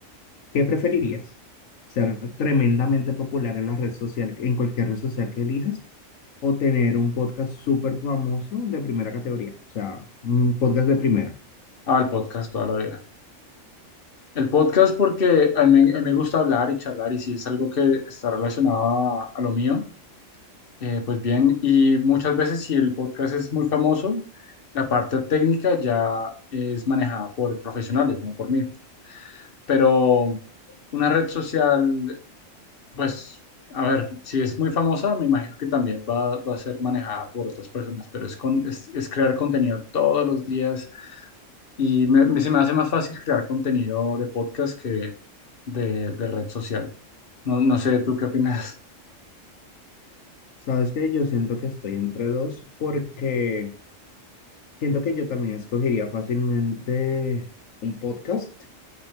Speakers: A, on the left; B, on the left.
A: ¿Qué preferirías? ¿Ser tremendamente popular en la red social, en cualquier red social que elijas? ¿O tener un podcast súper famoso de primera categoría? O sea, un podcast de primera.
B: Ah, el podcast toda la vida. El podcast porque a mí, me a mí me gusta hablar y charlar y si es algo que está relacionado a, a lo mío, eh, pues bien. Y muchas veces si el podcast es muy famoso, la parte técnica ya es manejada por profesionales, no por mí. pero una red social, pues, a ver, si es muy famosa, me imagino que también va, va a ser manejada por otras personas, pero es, con- es, es crear contenido todos los días y me, me- se me hace más fácil crear contenido de podcast que de, de red social. No, no sé, ¿tú qué opinas?
A: ¿Sabes qué? Yo siento que estoy entre dos porque siento que yo también escogería fácilmente un podcast.